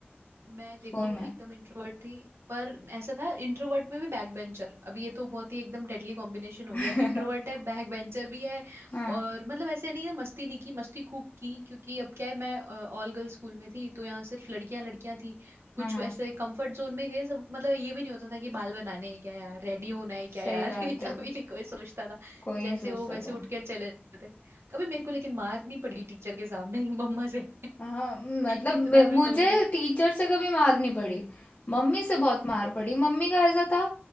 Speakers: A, on the right; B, on the left.
A: मैं देखो
B: स्कूल में
A: एकदम इंट्रोवर्ट थी पर ऐसा था इंट्रोवर्ट में भी बैक बेंचर अभी ये तो बहुत ही एकदम डेडली कॉम्बिनेशन हो
B: <laughs>
A: गया है इंट्रोवर्ट है बैक बेंचर भी है
B: हाँ
A: और मतलब ऐसे नहीं है मस्ती नहीं की मस्ती खूब की क्योंकि अब क्या है मैं ऑल गर्ल्स स्कूल में थी तो यहाँ सिर्फ लड़कियां लड़कियां थी
B: हाँ
A: कुछ
B: हाँ
A: ऐसे कंफर्ट जोन में ही थे सब मतलब ये भी नहीं होता था कि बाल बनाने हैं क्या यार रेडी होना है क्या
B: सही
A: यार
B: बात
A: <laughs> इतना
B: है
A: भी नहीं कोई सोचता था
B: कोई
A: जैसे
B: नहीं सोचता
A: हो वैसे
B: था
A: उठ कर चले जाते कभी मेरे को लेकिन मार नहीं पड़ी टीचर के सामने <laughs> मम्मा से
B: हाँ मतलब
A: इतना
B: मे-
A: मैं
B: मुझे
A: कहूंगी
B: टीचर से कभी मार नहीं पड़ी मम्मी से बहुत
A: हम्म
B: मार पड़ी मम्मी का ऐसा था